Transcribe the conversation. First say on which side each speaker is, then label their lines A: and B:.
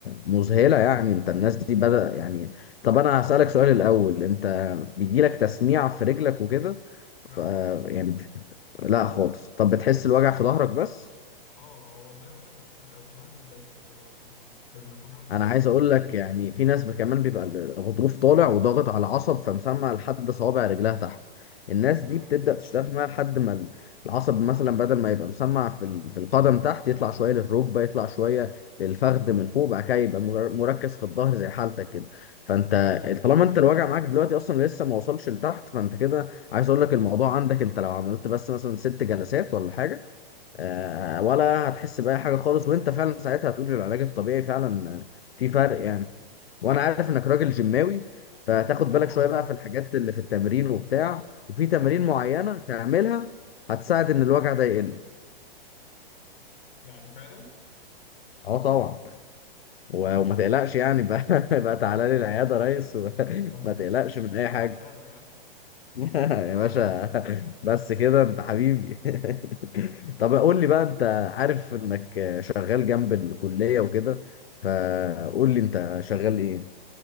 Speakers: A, on the left; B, on the left.
A: مذهلة يعني انت الناس دي بدأ يعني طب انا هسألك سؤال الأول انت بيجيلك تسميع في رجلك وكده
B: لا
A: ف
B: خالص
A: يعني لا خالص طب بتحس الوجع في ظهرك بس
B: اه هو ظهر وجع بس بيبقى في ظهري بس اللي هو يعني في الفقرة القطنية
A: انا عايز
B: دي
A: اقول لك يعني في ناس كمان بيبقى الغضروف طالع وضاغط على العصب فمسمع لحد صوابع رجلها تحت الناس دي
B: اه
A: بتبدأ تشتغل معاها لحد ما ال- العصب مثلا بدل ما يبقى مسمع في ال- في القدم تحت يطلع شويه للركبه يطلع شويه للفخذ من فوق بعد كده يبقى مر- مركز في الظهر زي حالتك كده فانت
B: اه
A: طالما انت الوجع معاك دلوقتي اصلا لسه ما وصلش لتحت فانت كده عايز اقول لك الموضوع عندك انت لو عملت بس مثلا ست جلسات ولا حاجه آه، ولا هتحس بأي حاجة خالص وانت فعلا ساعتها هتقول إن العلاج الطبيعي فعلا آه، في فرق يعني وانا عارف انك راجل جيماوي فهتاخد
B: <laughs> اه
A: بالك شوية بقى
B: بس
A: في الحاجات اللي في التمرين
B: بالظبط
A: وبتاع وفي تمارين
B: اه آه.
A: معينة تعملها هتساعد ان الوجع ده يقل
B: يعني فعلا
A: اه طبعا و- وما تقلقش يعني بقى <laughs> بقى تعالى لي العيادة يا ريس وما
B: اه
A: <laughs> تقلقش من اي حاجة
B: على حسابك ها
A: <laughs> يا باشا
B: لا على حسابك.
A: بس كده انت حبيبي
B: <laughs>
A: <laughs> طب قول لي
B: آه.
A: بقى انت عارف انك شغال جنب الكلية وكده فقول لي انت شغال ايه